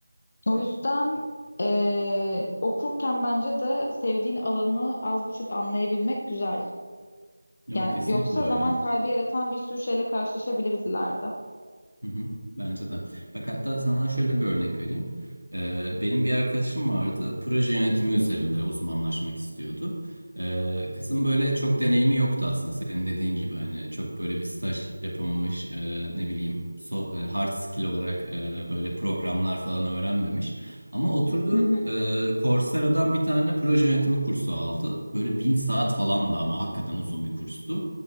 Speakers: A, on the left; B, on the left.
A: O yüzden eee, okurken bence de sevdiğin alanı az buçuk anlayabilmek güzel.
B: Ya
A: Yani
B: kesinlikle
A: yoksa
B: öyle.
A: zaman kaybı yaratan bir sürü şeyle karşılaşabiliriz ileride.
B: Hı hı, bence de. Bak hatta sana şöyle bir örnek vereyim. Ee, benim bir arkadaşım vardı. Proje yönetimi üzerinde uzmanlaşmak istiyordu. Ee, kızın böyle çok deneyimi yoktu aslında. Senin dediğin gibi hani çok böyle bir staj yapamamış, e, ne bileyim so- e, hard skill olarak e, böyle programlar falan öğrenmemiş. Ama oturdu
A: Hı hı,
B: e, Coursera'dan bir tane proje yönetimi kursu aldı. Böyle bin saat falan da ama hakikaten uzun bir kurstu.